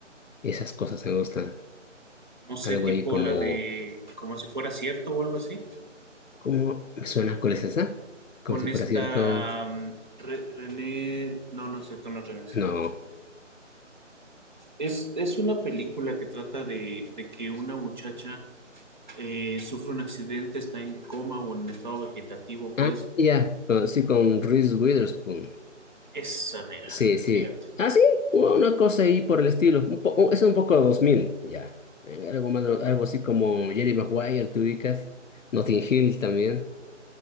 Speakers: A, on the left; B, on the right.
A: Esas cosas me gustan.
B: No sé,
A: Algo
B: tipo
A: ahí como,
B: la de como si fuera cierto o algo así.
A: ¿cómo me suena? ¿Cuál es esa?
B: con
A: Como si
B: esta
A: fuera cierto.
B: um, Re- René, no, no es cierto, no es René Zellweger.
A: No.
B: Es, es una película que trata de, de que una muchacha eh, sufre un accidente, está en coma o en estado vegetativo, pues
A: Ah, ya. con- Sí, con Reese Witherspoon.
B: esa mera,
A: Sí, sí.
B: fíjate.
A: Ah, sí, una cosa ahí por el estilo. Un po- un- es un poco 2000 ya. Eh, Algo más, algo así como Jerry Maguire, te ubicas. Notting Hill también.